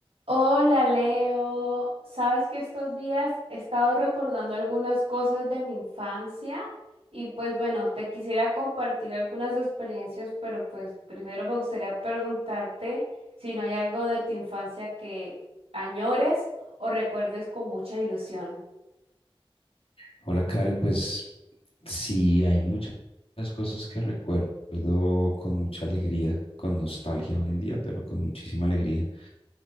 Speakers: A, on the right (about 80°); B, on the left (about 75°).
A: Hola Leo, sabes que estos días he estado recordando algunas cosas de mi infancia y pues bueno, te quisiera compartir algunas experiencias, pero pues primero me gustaría preguntarte si no hay algo de tu infancia que añores o recuerdes con mucha ilusión.
B: Hola Karen, pues sí, hay muchas cosas que recuerdo con mucha alegría, con nostalgia hoy en día, pero con muchísima alegría.